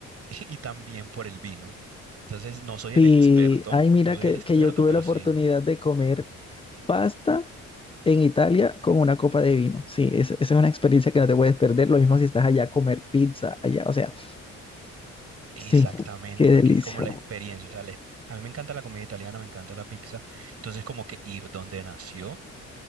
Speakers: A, on the right; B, on the left.
A: <laughs> y también por el vino. Entonces, no soy el
B: Sí,
A: experto,
B: ay, mira
A: no soy
B: que,
A: el experto,
B: que yo tuve
A: pero
B: la
A: sí,
B: oportunidad de comer pasta en Italia con una copa de vino. Sí, es- esa es una experiencia que no te puedes perder. Lo mismo si estás allá a comer pizza allá. O sea,
A: exactamente,
B: sí, qué
A: porque
B: delicia.
A: es como la experiencia, o sea, la- a mí me encanta la comida italiana, me encanta la pizza, entonces como que ir donde nació